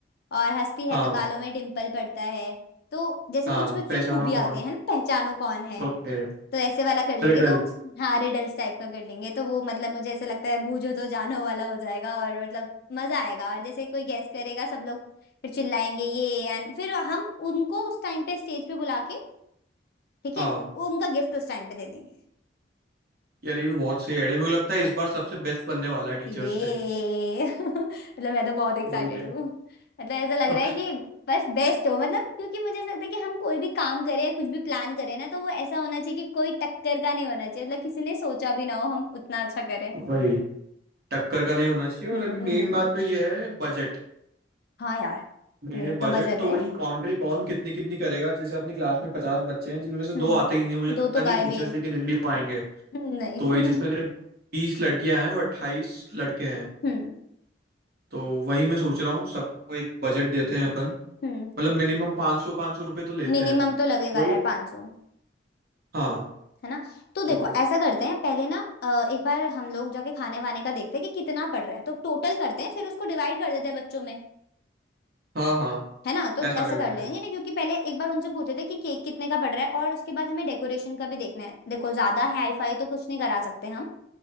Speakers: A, on the left (about 60°); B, on the right (about 60°).
A: और हंसती है
B: हाँ
A: तो गालों में डिम्पल पड़ता है तो जैसे
B: हाँ
A: कुछ कुछ
B: पहचानो
A: जो खूबियां
B: कौन
A: होती हैं है ना पहचानो कौन है
B: ओके
A: तो ऐसे वाला कर लेंगे
B: रिडल्स
A: तो हाँ रिडल्स टाइप का कर लेंगे तो वो मतलब मुझे ऐसे लगता है बूझो तो जानो वाला हो जाएगा और मतलब मजा आएगा और जैसे कोई गेस करेगा सब लोग फिर चिल्लाएंगे ये एंड फिर हम उनको उस टाइम पे स्टेज पे बुला के ठीक
B: हाँ
A: है उनका गिफ्ट उस टाइम पे दे देंगे
B: यार ये भी बहुत सही आइडिया मेरे को लगता है
A: हाँ
B: इस बार सबसे बेस्ट बनने वाला है टीचर्स
A: ये
B: डे
A: <laughs> मतलब मैं तो बहुत एक्साइटेड
B: वही है
A: हूँ मतलब ऐसा लग
B: हाँ,
A: रहा है कि बस बेस्ट हो मतलब क्योंकि मुझे ऐसा लगता है कि हम कोई भी काम करें या कुछ भी प्लान करें ना तो वो ऐसा होना चाहिए कि कोई टक्कर का नहीं होना चाहिए मतलब किसी ने सोचा भी ना हो हम उतना अच्छा करें
B: वही टक्कर का नहीं होना चाहिए
A: हम्म
B: और अभी मेन बात तो ये है बजट
A: हाँ यार
B: मेन
A: मेन
B: है बजट
A: तो बजट
B: तो
A: है
B: वही कॉन्ट्री कौन कितनी कितनी करेगा जैसे अपनी क्लास में पचास बच्चे हैं जिनमें से दो
A: हम्म
B: आते ही नहीं मुझे लगता
A: दो तो गाय
B: नहीं टीचर्स
A: भी हैं
B: डे के दिन भी वो आएंगे
A: <laughs> नहीं
B: तो वही जिसमें
A: <laughs>
B: से बीस लड़कियां हैं और अट्ठाईस लड़के हैं
A: हम्म
B: तो वही मैं सोच रहा हूँ सबको एक बजट देते हैं अपन
A: हम्म
B: मतलब मिनिमम पाँच सौ पाँच सौ रुपये तो लेते
A: मिनिमम
B: हैं
A: तो लगेगा
B: वही
A: यार 500
B: हाँ
A: है ना तो देखो
B: तो
A: ऐसा करते हैं पहले ना अ, एक बार हम लोग जाके खाने वाने का देखते हैं कि कितना पड़ रहा है तो टोटल करते हैं फिर उसको डिवाइड कर देते हैं बच्चों में
B: हाँ हाँ
A: है ना तो
B: ऐसा
A: ऐसा
B: कर
A: कर
B: लेंगे
A: लेंगे ना क्योंकि पहले एक बार उनसे पूछे थे कि केक कितने का पड़ रहा है और उसके बाद हमें डेकोरेशन का भी देखना है देखो ज्यादा हाई फाई तो कुछ नहीं करा सकते हम